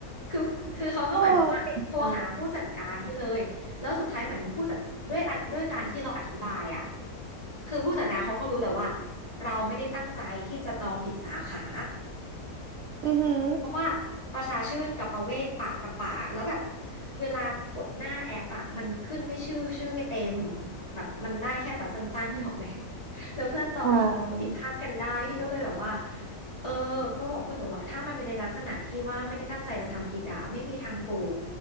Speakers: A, on the left; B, on the right.
A: คือคือเขาก็เหมือนแบบว่าโทรหาผู้จัดการให้เลย
B: โอ้เก่งจัง
A: แล้วสุดท้ายเหมือนผู้จัดด้วยอัดด้วยการที่เราอธิบายอ่ะคือผู้จัดการเขาก็รู้แหละว่าเราไม่ได้ตั้งใจที่จะจองผิดสาขา
B: อือหือ
A: เพราะว่าประชาชื่นกับประเวศปะกับป่าแล้วแบบเวลากดหน้าแอปอะมันขึ้นไม่ชื่อชื่อไม่เต็มแบบมันได้แค่แบบสั้นๆ <laughs> ถูกไหมแล้วเพื่อนจองผิดก็ผิดพลาดกันได้พี่ก็เลยแบบว่า
B: อ่า
A: เออก็บอกเพื่อนบอกว่าถ้ามันเป็นในลักษณะที่ว่าไม่ได้ตั้งใจจะทำผิดอะไม่มีทางโกรธ